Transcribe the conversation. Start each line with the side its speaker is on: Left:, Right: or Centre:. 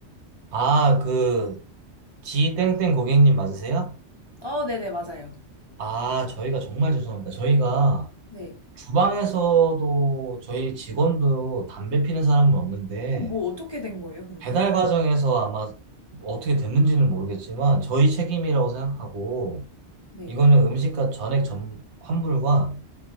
Right: 아, 그, 지땡땡 고객님 맞으세요?
Left: 어, 네네, 맞아요.
Right: 아, 저희가 정말 죄송합니다. 저희가
Left: 네.
Right: 주방에서도 저희 직원도 담배 피는 사람은 없는데,
Left: 그럼 뭐 어떻게 된 거예요, 그러면?
Right: 배달 과정에서 아마 어떻게 됐는지는 모르겠지만, 저희 책임이라고 생각하고,
Left: 네.
Right: 이거는 음식값 전액 점, 환불과